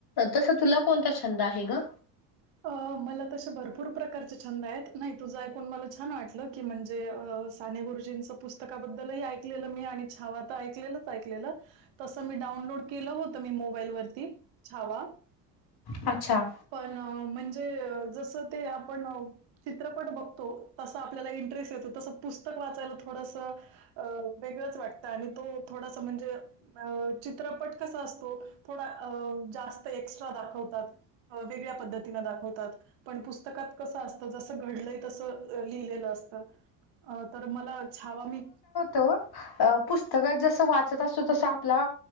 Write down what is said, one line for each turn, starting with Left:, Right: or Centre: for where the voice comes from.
Left: तसं तुला कोणता छंद आहे ग
Right: अ मला तसे भरपूर प्रकारचे छंद आहेत नाही तुझं ऐकून मला छान वाटलं की म्हणजे साने गुरुजींचं पुस्तकाबद्दलही ऐकलेलं मी आणि छावा तर ऐकलेलंच ऐकलेलं तसं मी डाउनलोड केलं होतं मी मोबाईल वरती छावा
Left: अच्छा
Right: पण म्हणजे जसं ते आपण चित्रपट बघतो तसं आपल्याला इंटरेस्ट येतो तसं पुस्तक वाचायला थोडसं अ वेगळंच वाटतं आणि तो थोडासा म्हणजे अ चित्रपट कसा असतो थोडा जास्त वेगळ्या पद्धतीने दावतात पण पुस्तकात कस असत जस घडलय तस लिहिलेलं असत अ तर मला छावा मी
Left: तो अ पुस्तकात जसं वाचत असतो तस आपला